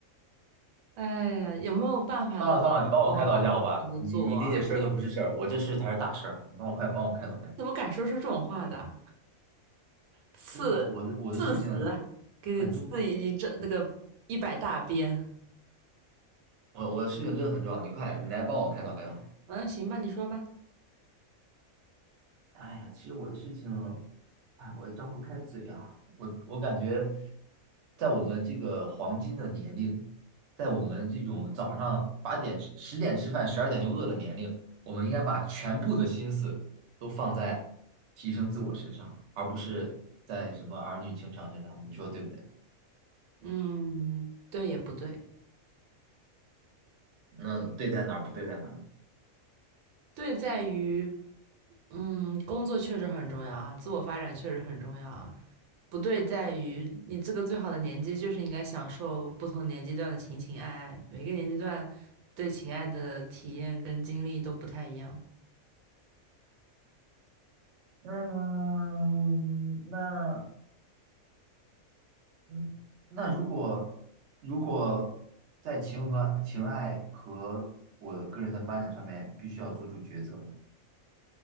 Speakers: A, on the right (about 85°); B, on the right (about 60°).
A: 哎呀，有没有办法能帮我把这些事情都做啊？
B: 算了算了，你帮我开导一下好吧？你你那件事儿都不是事儿，我这事才是大事儿，你帮我快帮我开导开导。
A: 怎么敢说出这种话的？刺
B: 真的，我的我的事情
A: 刺死，给你刺一这那个一百大鞭！
B: 很重要，我我的事情真的很重要，你快你来帮我开导开导。
A: 嗯，行吧，你说吧。
B: 哎呀，其实我的事情，哎，我张不开嘴啊。我我感觉，在我们这个黄金的年龄，在我们这种早上八点吃、十点吃饭、十二点就饿的年龄，我们应该把全部的心思都放在提升自我身上，而不是在什么儿女情长身上。你说对不对？
A: 嗯，对也不对，
B: 那对在哪儿，不对在哪儿？
A: 对在于，嗯，工作确实很重要啊，自我发展确实很重要啊。不对在于，你这个最好的年纪就是应该享受不同年纪段的情情爱爱，每个年纪段对情爱的体验跟经历都不太一样。
B: 嗯，那嗯，那如果如果在情和情爱和我个人的发展上面，必须要做出抉择呢？